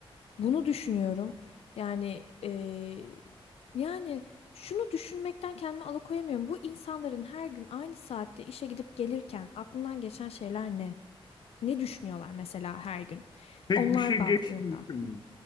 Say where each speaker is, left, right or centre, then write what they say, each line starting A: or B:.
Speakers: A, on the left (about 90°); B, on the left (about 50°).
A: Bunu düşünüyorum. Yani eee, yani şunu düşünmekten kendimi alıkoyamıyorum. Bu insanların her gün aynı saatte işe gidip gelirken aklından geçen şeyler ne? Ne düşünüyorlar mesela her gün?
B: Pek
A: Onlar
B: bir şey
A: baktığında.
B: geçmiyor.